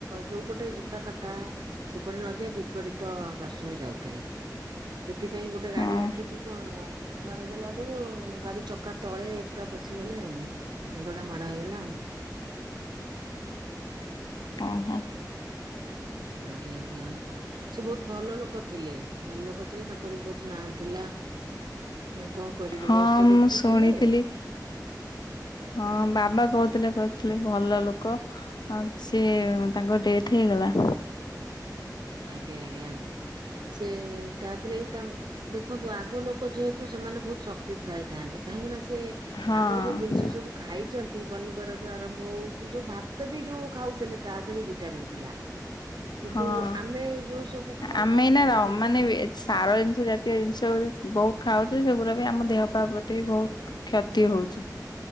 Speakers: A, on the right; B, on the left.
A: ଯୋଉପଟେ ଯିବା କଥା ସେପଟେ ନ ଯାଇ ବିପରୀତ ପାର୍ଶ୍ଵରେ ଯାଉଥିଲେ। ସେଥିପାଇଁ ଗୋଟେ
B: ହଁ
A: ଗାଡି ଆସିକି କଣ ହେଲା? ବାଡେଇ ଦେଲାଠୁ ଗାଡି ଚକା ତଳେ ପୁରା ପଶିଗଲେ ଆଉ। ମୁଣ୍ଡ ଟା ମାଡା ହେଇଗଲା ଆଉ।
B: ଓହୋ।
A: ଆଜ୍ଞା ଆଜ୍ଞା ସେ ବହୁତ ଭଲ ଲୋକ ଥିଲେ। ଭଲ ଲୋକ ଥିଲେ ତାଙ୍କର ବି ବହୁତ ନା ଥିଲା। ଆଉ କଣ କରିବେ
B: ହଁ
A: ବୟସ୍କ ବ୍ୟକ୍ତି
B: ମୁଁ ଶୁଣିଥିଲି
A: ଥିଲେ।
B: ହଁ ବାବା କହୁଥିଲେ କହୁଥିଲେ ଭଲ ଲୋକ। ହଁ ସିଏ ତାଙ୍କ ଡେଥ ହେଇଗଲା।
A: ଆଜ୍ଞା ଆଜ୍ଞା ସେ ତାପରେ ତାଙ୍କ ଦେଖନ୍ତୁ ଆଗ ଲୋକ ଯେହେତୁ ସେମାନେ ବହୁତ ଶକ୍ତିଶାଳୀ ଥାନ୍ତି। କାହିଁକିନା ସେ
B: ହଁ
A: ଆଗରୁ ଯୋଉ ଜିନିଷ ସବୁ ଖାଇଛନ୍ତି ପନିପରିବା ଠୁ ଆରମ୍ଭ ହଉ କି ଯୋଉ ଭାତ ବି ଯୋଉ ଖାଉଥିଲେ ତା ଦେହରେ ଭି ଟାମିନ୍ ଥିଲା କିନ୍ତୁ
B: ହଁ।
A: ଆମେ ଯୋଉ ସବୁ ଖାଉଚେ
B: ଆମେ ଏଇନା
A: ତାଧେରେ
B: ର
A: ଭିଟାମନ୍
B: ମାନେ ସାର ଜିନିଷ ଜାତୀୟ ଜିନିଷ ବି ବହୁତ ଖାଉଚି ସେଗୁଡା ବି ଆମ ଦେହ ପାହ ପ୍ରତି ବି ବହୁତ କ୍ଷତି ହଉଚି।